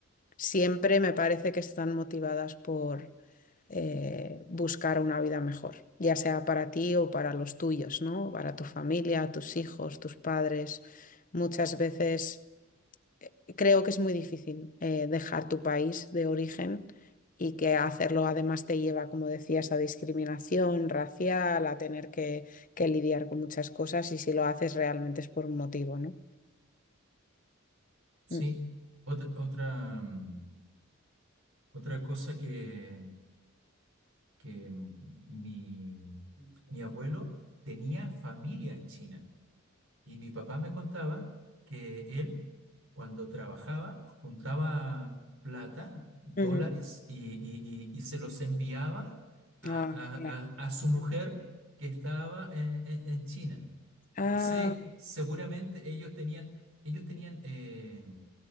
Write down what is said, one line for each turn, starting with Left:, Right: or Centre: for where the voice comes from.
Left: siempre me parece que están motivadas por eh, buscar una vida mejor, ya sea para ti o para los tuyos, ¿no? Para tu familia, tus hijos, tus padres. Muchas veces creo que es muy difícil eh, dejar tu país de origen y que hacerlo además te lleva, como decías, a discriminación racial, a tener que, que lidiar con muchas cosas y si lo haces realmente es por un motivo, ¿no?
Right: sí,
Left: Mm.
Right: otra, otra, mm, otra cosa que, que mm, mi, mi abuelo tenía familia en China. Y mi papá me contaba que él, cuando trabajaba, juntaba plata, dólares,
Left: Ujú.
Right: y, y- y- y se los enviaba a,
Left: Ah,
Right: a-
Left: claro.
Right: a- a su mujer que estaba en, en- en China.
Left: Ah,
Right: No sé, seguramente ellos tenían, ellos tenían eh,